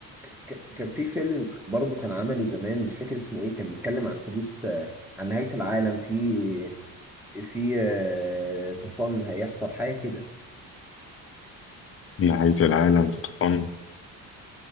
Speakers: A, in the centre; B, on the left.
A: ك- كان في فيلم برضه كان عمله زمان مش فاكر اسمه ايه كان بيتكلم عن حدوث آه، عن نهاية العالم في في آه، طوفان هيحصل حاجة كده
B: نهاية العالم في طوفان